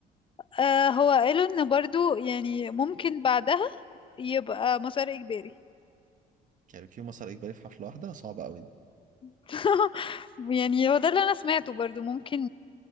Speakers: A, on the left; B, on the right.
A: آه هو قالوا ان برضو يعني ممكن بعدها يبقى مسار اجباري
B: كاريوكي ومسار اجباري في حفله واحده صعبه قوي دي
A: <laughs> يعني هو ده اللي انا سمعته برضو ممكن